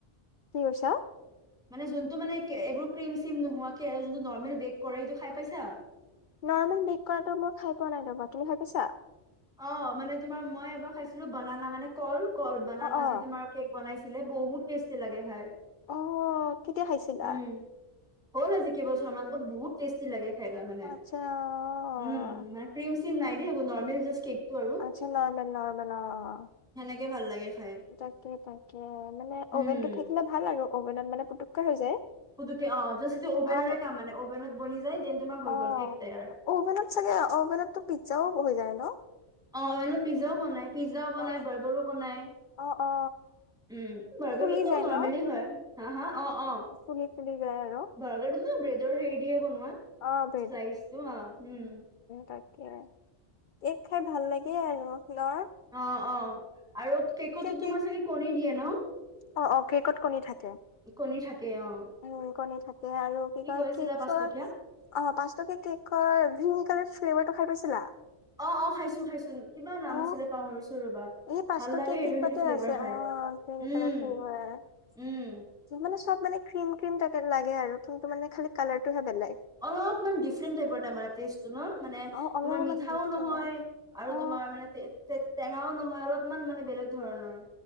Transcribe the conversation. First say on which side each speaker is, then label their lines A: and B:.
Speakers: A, on the left; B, in the centre.
A: কি কৈছা?
B: মানে যোনটো মানে এইবোৰ ক্ৰীম -চিম নোহোৱাকে আৰু যোনটো নৰ্মেল বেক কৰে সেইটো খাই পাইছা?
A: নৰ্মেল মেক কৰাটো মই খাই পোৱা নাই ৰ'বা। তুমি খাই পাইছা?
B: অহ, মানে তোমাৰ মই এবাৰ খাইছিলো বনানা মানে কল। কল বনানা
A: অ অ
B: দি তোমাৰ। কেক বনাইছিলে বহুত টেষ্টি লাগে খাই।
A: অহ, কেতিয়া খাইছিলা?
B: উম হ'ল আজি কেইবছৰ মান। বহুত টেষ্টি লাগে খাই। তাৰ মানে।
A: আচ্ছা অ',
B: উম' ক্ৰীম চিম নাই দেই কোনো, নৰ্মেল যাষ্ট। কেক টো আৰু।
A: আচ্ছা, নৰ্মেল নাৰ্মেল অহ।
B: সেইতো ভাল লাগে খাই।
A: তাকে, তাকে মানে
B: উম,
A: অভেনটো থাকিলে ভাল আৰু। অভেনত মানে পেটুককে হৈ যায়।
B: পুতুকে অহ, যাষ্ট এইটো অভেনৰে
A: আৰ
B: কাম মানে। অভেনত বনি যায় দেন তোমাৰ হৈ
A: অ',
B: গ'ল কেক তৈয়াৰ।
A: অভেনত চাগে অভেনতো পিজ্জাও বহি যায় নহ?
B: অহ, মানে পিজ্জাও বনাই। পিজ্জাও
A: অ',
B: বনাই বাৰ্গাৰও বনায়।
A: অ, অ।
B: উম, বাৰ্গাৰটো
A: ফুলি
B: চব
A: যায়
B: নৰ্মেলি
A: ন?
B: হয়, হা, হা অ, অ।
A: ফুলি- ফুলি যায় আৰু।
B: বাৰ্গাৰটো ত ব্ৰেডৰ হেৰি দিহে বনোৱা।
A: অহ,
B: শ্লাইচটো অ' উম।
A: তাকে। কেক খাই ভাল লাগে আৰু নহ।
B: অ, অ আৰু কেকতো
A: কেক
B: তোমাৰ চাগে কণী দিয়ে নহ।
A: অ, অ কেকত কণী থাকে।
B: কণী থাকে অ'।
A: উম কণী থাকে আৰু। কি কয়
B: কৈ আছিলা
A: কেকচৰ
B: পাঁচটকীয়া?
A: অহ পাঁচ টকিয়া কেকৰ গ্ৰীণ কালাৰ ফ্লেভাৰটো খাই পাইছিলা।
B: অ, অ খাইছো, খাইছো। কিবা নাম
A: অ
B: আছিলে পাহৰিছো ৰবা।
A: এই পাঁচ
B: ভাল
A: টকীয়া
B: লাগে সেইটো
A: কেকতে
B: ফ্লেভাৰ
A: আছে
B: খায়।
A: অ গ্ৰীণ
B: উম,
A: কালাৰ ফ্লেভাৰ
B: উম
A: মানে চব মানে ক্ৰীম -ক্ৰীম লাগে। আৰু কিন্তু টো মানে খালি কালাৰটোহে বেলেগ।
B: অলপমান ডিফাৰেণ্ট টাইপৰ তাৰমানে টেষ্টটো নহ। মানে
A: অ অলপমান
B: তোমাৰ মিঠাও
A: দিছিল
B: নহয়।
A: অ
B: আৰু
A: অ
B: তোমাৰ মানে টেঙাও নহয় অলপমান মানে বেলেগ ধৰণৰ।